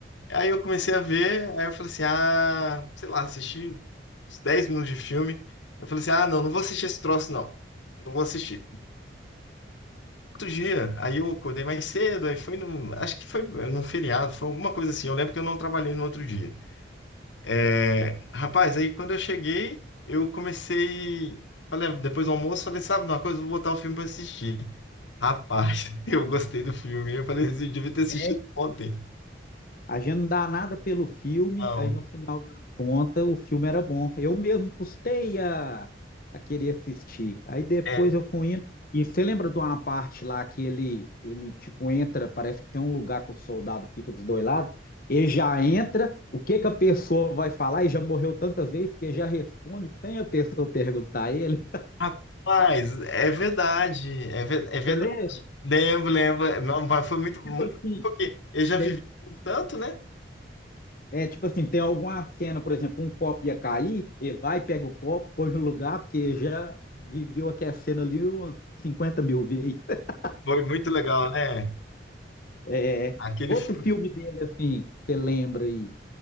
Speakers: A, on the left; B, on the left.
A: Aí eu comecei a ver, aí eu falei assim, ah, sei lá, assisti uns 10 minutos de filme. Eu falei assim, ah, não, não vou assistir esse troço, não. Não vou assistir. Outro dia, aí eu acordei mais cedo, aí foi no, acho que foi num feriado, foi alguma coisa assim. Eu lembro que eu não trabalhei no outro dia. É, rapaz, aí quando eu cheguei, eu comecei, falei, "Ah, depois do almoço, falei, sabe de uma coisa, vou botar o filme pra assistir. Rapaz, <laughs> eu gostei do filme. Eu falei assim, eu devia ter assistido
B: É,
A: ontem.
B: A gente não dá nada pelo filme,
A: Não.
B: aí no final da conta o filme era bom. Eu mesmo custei a, a querer assistir. Aí depois
A: é,
B: eu fui indo. E você lembra de uma parte lá que ele, ele tipo entra, parece que tem um lugar que o soldado fica dos dois lados, ele já entra, o que que a pessoa vai falar, e já morreu tantas vezes que ele já responde sem a pessoa perguntar a ele.
A: Rapaz, é verdade, é, ve- é verdade.
B: Você lembra?
A: Lembro, lembro. Não, mas foi muito,
B: Tipo
A: muito,
B: assim,
A: porque eu já
B: você
A: vivi um tanto, né?
B: É, tipo assim, tem alguma cena, por exemplo, um copo ia cair, ele vai, pega o copo, põe no lugar, porque já viveu aquela cena ali umas 50 mil vezes. <laughs>
A: Foi muito legal, né?
B: É,
A: Aquele
B: outro
A: filme
B: filme dele, assim, que você lembra aí.